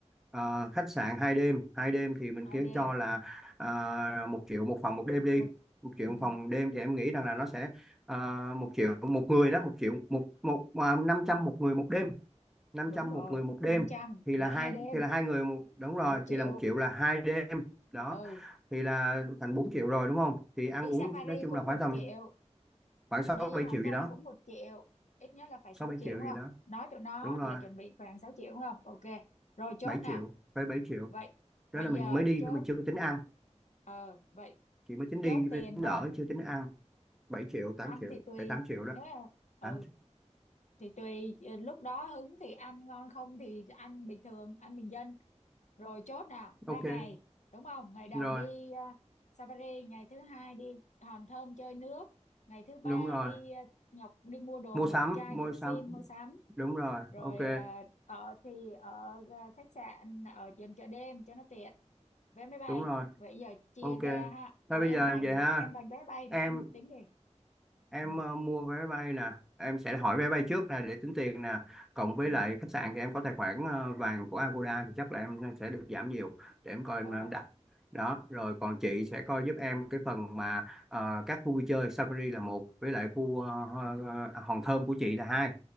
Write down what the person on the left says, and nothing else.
ID
một
ừ,
đúng
rồi
500
là
hai đêm
một triệu
ừ
đi
safari
cũng
một
triệu
đi
hòn
thơm
cũng một triệu ít nhất là phải
sáu
triệu
đúng
không
nói tụi nó
là chuẩn bị khoảng sáu triệu đúng không ok rồi chốt
nè
vậy vậy
giờ
chốt
ờ vậy
chốt
tiền
đó
ăn
thì tùy
nếu là ừ
thì tùy ờ, lúc đó hứng thì ăn ngon không thì ăn bình thường ăn bình dân rồi chốt nè ba
ngày đúng không ngày đầu
đi ờ, safari ngày thứ hai đi Hòn Thơm chơi nước ngày thứ ba
đi ờ, Ngọc đi mua đồ
ngọc
trai
rượu
sim mua sắm
rồi
ờ, ở thì ở ờ, khách sạn ở gần chợ đêm cho nó tiện vé máy bay
vậy giờ chia
ra ha
ủa
em
rành
em rành vé máy bay rồi
em tính đi
ừ
ừ
ờ